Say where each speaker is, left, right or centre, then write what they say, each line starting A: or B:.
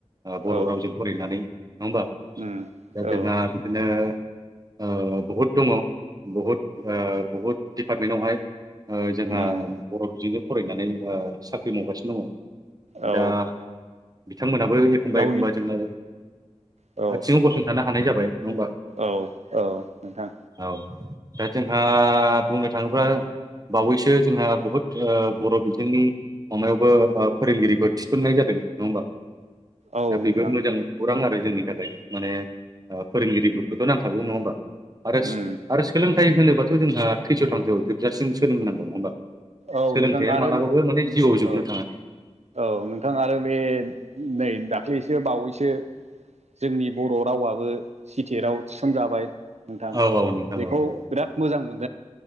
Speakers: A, on the right; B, on the right.
A: बर'
B: औ
A: रावजों फरायनानै नङा होमबा
B: उम
A: दा जोंहा
B: औ
A: बिदिनो ओ बहुद दङ बहुद ओ बहुद दिडपार्टमेन्टावहाय ओ जोंहा
B: उम
A: बर' बिजों‌जों फरायनानै साख्रि मावगासिनो दङ।
B: औ
A: दा बिथांमोनहाबो एखमबा-एखमबा
B: गावनि
A: जोंना
B: औ औ
A: आथिङाव गसंथानो हानाय जाबाय नङा होमबा।
B: औ नोंथां
A: औ। दा जोंहा बुंनो थाङोब्ला बावैसो जोंहा बहुद बर' बिजोंनि माबायावबो फोरोंगिरिफोर थिसननाय जादों। नङा होमबा
B: औ
A: दा
B: नोंथां
A: बेबो मोजां खौरां आरो जोंनि थाखाय। माने ओ फोरोंगिरिफोरखौथ' नांखागौ नङा होमबा आरो
B: उम
A: आरो सोलोंथाइ होनोबाथ' जोंहा थैस'-थांस जोबजासिम सोलोंनांगौ नङा होमबा
B: औ
A: सोलोंथाइया
B: नोंथां आरो
A: मालाबाबो माने जिउआव
B: औ
A: जोबनो थाङा।
B: औ नोंथां आरो बे नै दाख्लैसो बावैसो जोंनि बर' रावाबो सि थेट‌आव थिसनजाबाय नोंथां।
A: औ औ नोंथां
B: बेखौ
A: औ औ
B: बिराद मोजां मोन